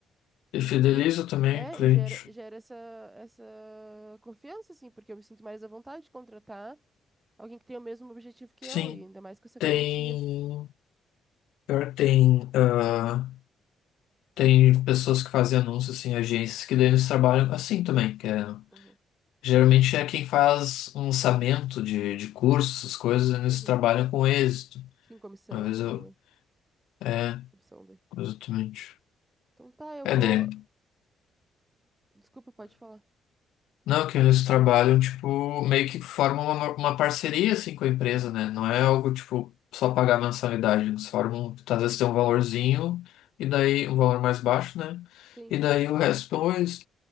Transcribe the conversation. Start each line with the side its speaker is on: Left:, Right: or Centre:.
Left: E fideliza
Right: E
Left: também
Right: é,
Left: o cliente.
Right: e gera, gera essa, essa confiança, assim, porque eu me sinto mais à vontade de contratar alguém que tem o mesmo objetivo que
Left: Sim,
Right: eu, e ainda mais com essa
Left: tem.
Right: garantia.
Left: Pior que tem. ah, tem pessoas que fazem anúncios, assim, agências que daí eles trabalham assim também, que é.
Right: Uhum.
Left: Geralmente é quem faz um lançamento de, de cursos, essas coisas, eles
Right: Uhum.
Left: trabalham com êxito.
Right: Sim, comissão
Left: Às vezes
Right: também,
Left: eu.
Right: né?
Left: É,
Right: Opção dele.
Left: exatamente.
Right: Então tá, eu
Left: É,
Right: vou.
Left: daí.
Right: Desculpa, pode falar.
Left: Não, que eles trabalham, tipo, meio que formam uma, uma parceria, assim, com a empresa,
Right: Aham.
Left: né? Não é algo, tipo, só pagar mensalidade. Eles formam, às vezes tem um valorzinho, e daí, um valor mais baixo, né?
Right: Sim.
Left: E daí o resto depois,